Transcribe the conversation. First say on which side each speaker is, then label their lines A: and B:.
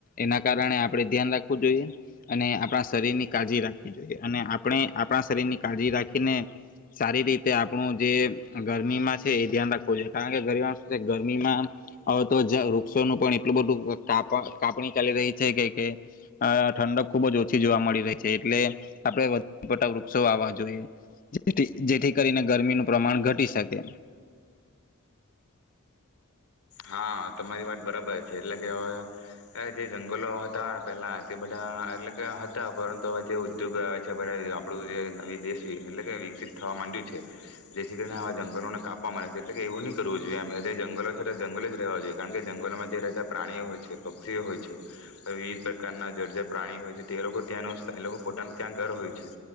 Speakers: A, on the left (about 40°); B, on the left (about 80°).
A: એના કારણે આપડણે ધ્યાન રાખ જોઈએ અને આપણા શરીરની કાળજી રાખવી જોઈએ અને આપણે આપણા શરીરની કાળજી રાખીને સારી રીતે આપણું જે ગરમીમાં છે એ ધ્યાન રાખવું જોઈએ કારણ કે ગર શ છે ગરમીમાં હવે તો વૃક્ષોનું પણ એટલું બધું કાપ કાપણી ચાલી રહી છે કે અ ઠંડક ખુબ જ ઓછી જોવા મળી રહી છે એટલે આપણે વધુ પડતા વૃક્ષો આવવા જોઈએ જેથી જેથી કરીને ગરમીનું પ્રમાણ ઘટી શકે.
B: હા તમારી વાત બરાબર છે એટલે કેવે જે જંગલો હતા પેલા તે બધા એટલે કે હતા પરંતુ હવે જે ઉદ્યોગ આવે છે બધા આપડું જે વિદેશી એટલે કે વિકસિત થવા માંડ્યું છે જેથી કરીને હવા જંગલોને કાપવામાં છે એટલે કે એવું નહી કરવું જોઈએ જે જંગલો છે. જંગલ જ રહેવા જોઈએ કારણ કે જંગલોમાં જે રહેતા પ્રાણીઓ હોય છે પક્ષીઓ હોય છે વિવિધ પ્રકારના જર્જર પ્રાણીઓ હોય છે તે લોકો ત્યાંનું એ લોકો પોતાનું ત્યાં ઘર હોય છે